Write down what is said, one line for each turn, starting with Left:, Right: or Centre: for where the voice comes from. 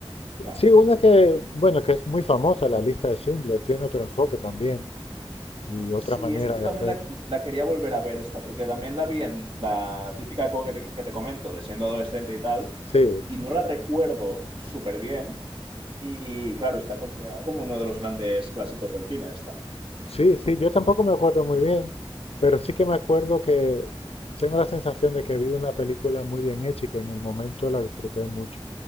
Right: ya.
Left: Sí, una que, bueno, que es muy famosa, la lista de Schindler, tiene otro enfoque también y otra
Right: Sí,
Left: manera
Right: esta yo
Left: de
Right: también
Left: hacer.
Right: la, la quería volver a ver esta, porque también la vi en la típica época que te, que te comento, de siendo adolescente y tal,
Left: Sí,
Right: y no la recuerdo súper bien, y claro, está considerada como uno de los grandes clásicos del cine esta.
Left: Sí, sí, yo tampoco me acuerdo muy bien, pero sí que me acuerdo que tengo la sensación de que vi una película muy bien hecha y que en el momento la disfruté mucho